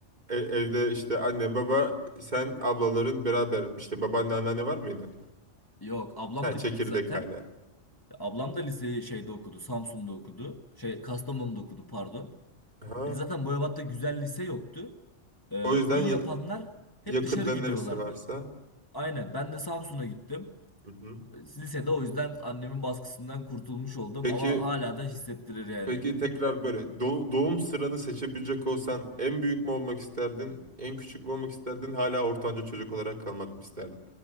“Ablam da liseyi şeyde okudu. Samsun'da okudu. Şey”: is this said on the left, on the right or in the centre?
Left